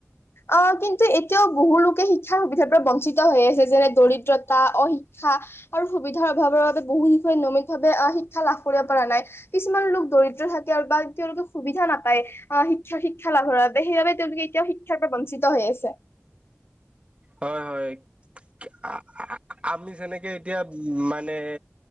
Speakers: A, on the left; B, on the right.
A: অ কিন্তু এতিয়াও বহু লোকে শিক্ষাৰ সুবিধাৰ পৰা বঞ্চিত হৈ আছে যেনে দৰিদ্ৰতা অশিক্ষা আৰু সুবিধাৰ অভাৱৰ বাবে বহু শিশুৱে নিয়মিতভাৱে শিক্ষা লাভ কৰিব পৰা নাই কিছুমান লোক দৰিদ্ৰ থাকে বা তেওঁলোকে সুবিধা নাপায় আ শিক্ষা শিক্ষা লাভৰ বাবে। সেইবাবে তেওঁলোকে এতিয়াও শিক্ষাৰ পৰা বঞ্চিত হৈ আছে।
B: হয়, হয়, আ আ। আমি যেনেকে এতিয়া উ মানে,